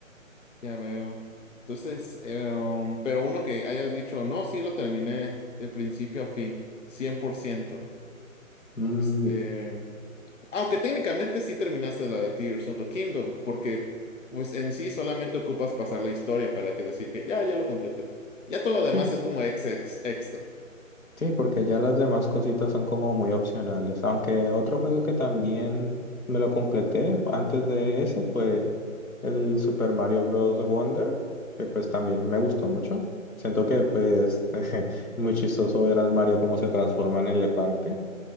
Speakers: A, on the left; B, on the left.
A: Ya veo. Entonces, em, pero uno que hayas dicho, no, sí lo terminé de principio a fin, cien por ciento
B: Mm,
A: Este, Aunque técnicamente sí terminaste la de Tears of the Kingdom, porque pues en sí solamente ocupas pasar la historia para que decir que ya, ya lo completé. Ya todo lo demás
B: sí.
A: es como ex, ex- extra.
B: Sí, porque ya las demás cositas son como muy opcionales. Aunque otro juego que también me lo completé antes de ese fue el Super Mario Bros. Wonder, que pues también me gustó mucho. Siento que pues <laughs> es muy chistoso ver al Mario cómo se transforma en elefante.